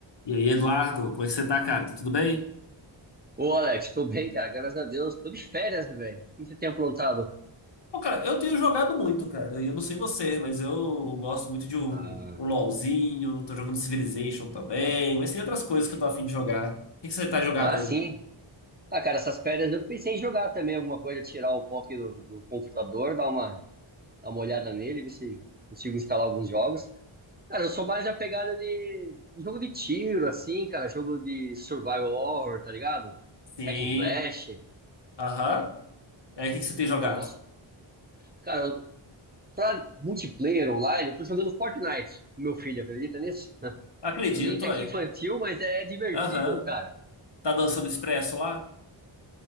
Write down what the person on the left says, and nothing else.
E aí, Eduardo, como é que você tá, cara? Tá tudo bem?
Pô, cara, eu tenho jogado muito, cara. Eu não sei você, mas eu gosto muito de um,
um LOLzinho. Tô jogando Civilization também. Mas tem outras coisas que eu tô afim de jogar. O que que você tá jogado
aí?
Sim.
Aham. É, o que que você tem jogado?
Acredito,
aí.
Aham.
Tá dançando Expresso lá?